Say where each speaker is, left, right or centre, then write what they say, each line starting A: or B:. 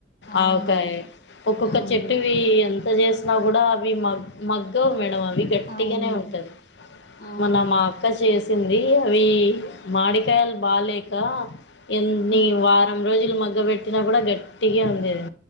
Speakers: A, on the left; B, on the left.
A: అవును
B: ఆవకాయ్
A: మేడం
B: ఒక్కొక్క
A: అవును
B: చెట్టువి
A: మేడం
B: ఎం త చేసినా కూడా అవి మగ్గవు మేడం అవి అవి గట్టిగానే
A: అవును మేడం
B: ఉంటది
A: అవును
B: మోన
A: మేడం
B: మా అక్క చే సింది అవి మాడికాయలు బాలేక ఎన్ని
A: ఉమ్.
B: వారం రోజులు మగ్గ పెట్టినా కూడా గట్టిగా ఉంది అది